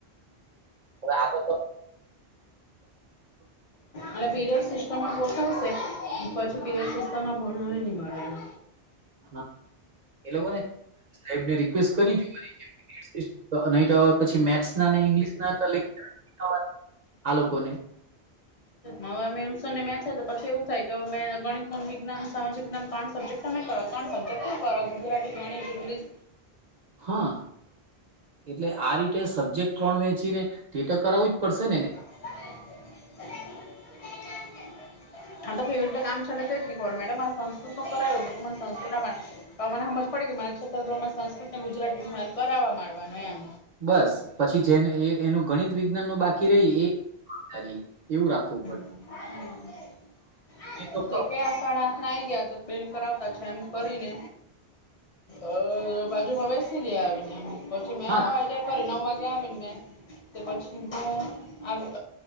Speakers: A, on the right; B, on the left.
A: હવે આ તો
B: અને પીરીયડ સીસ્ટ ટમ ગોઠવશે પછી પીરીયડ સિસ્ટમમાં ભણાવે નહીં મળે એમ
A: હા એ લોકોને સાહેબ ને રિક્વેસ્ટ કરી જોવાની કે પીરીયડ સિસ્ટ નહી થવા પછી મેથ્સ ના ને ઈંગ્લિશ ના તો લેક્ચર જ નહીં થવા દે આ લોકો ને
B: હવે મેહુલ સર ને મેચ હે તો પછી એવું થાય કે મેં ગણિત નો ને વિજ્ઞાન સામાજિક જ્ઞાન ત્રણ સબજેક તમે કરો ત્રણ સબજેક્ટ હું કરવું ગુજરાતી ગણિત ઈંગ્લીશ
A: હા એટલે આ રીતે સબ્જેક્ટ ત્રણ વેંચીને તે તો કરાવું જ પડશે ને બેન
B: <inaudible> આ તો કેવી રીતે કામ ચાલે તે શીખવાડો મેડમ આ સંસ્કૃત તો કરાવ્યું મને સંસ્કૃત ના પાઠ તો હવ મને હમજ પડી કે મારા છઠ્ઠા ધોરણમાં સંસ્કૃત ને ગુજરાતીને મારે કરાવવા માંડવાનું એમ
A: બસ પછી જેને એ એનું ગણિત વિજ્ઞાન નું બાકી રહી એ <unintelligible> એવું રાખવું પડે.
B: <inaudible>
A: એ તો પ્રોબ્લેમ
B: તે કયા સાડા આઠ ના આઈ ગયા તો બેન કરાવતા થયા એમ કરીને અ બાજુમાં બેસી રયા આવીને પછી મેં
A: હા.
B: આઈડિયા ફરી નવ વાગ્યા આવીને મેં તે પછી હું આવી